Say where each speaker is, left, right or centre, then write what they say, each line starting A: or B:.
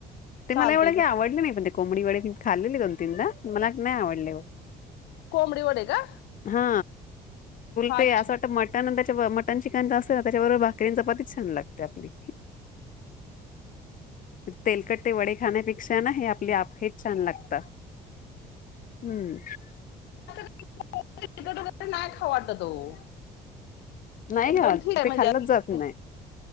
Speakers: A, on the left; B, on the left.
A: ते
B: चालतय
A: मला एवढं हे आवडले नाही पण ते. कोंबडी वेडे मी खाल्लेली दोन तीन दा मला नाही आवडले.
B: कोबडी वडे का?
A: हा ते
B: अच्छा
A: असं <unintelligible> तेव्हा मटन चि त्यांच अस त्याच्याबरोबर भाकरीं चपातीच छान लागत्या, आपली तेलकट ते वडे खाण्यापेक्षा ना हे आपली आपे च छान लागते. ता. हम्म.
B: <unintelligible> नाही खाऊ वाटत ओ.
A: नाही
B: एक
A: का
B: दोन ठीक आहे.
A: ते
B: म्हणजे
A: खाल्लंच जात नाही